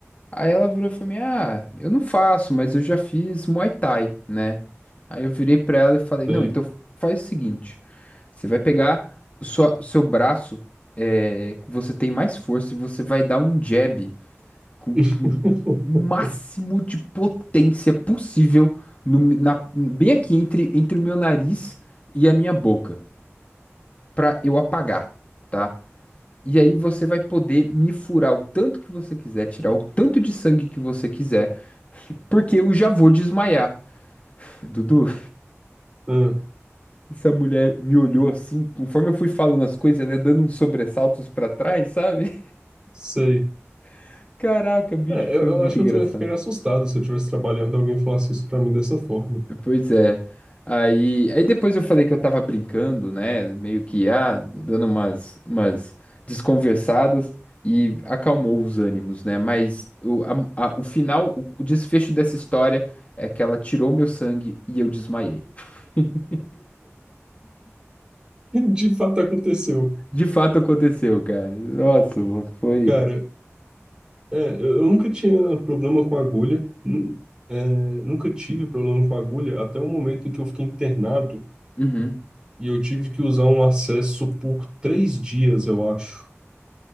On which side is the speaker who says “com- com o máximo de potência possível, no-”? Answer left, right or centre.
Left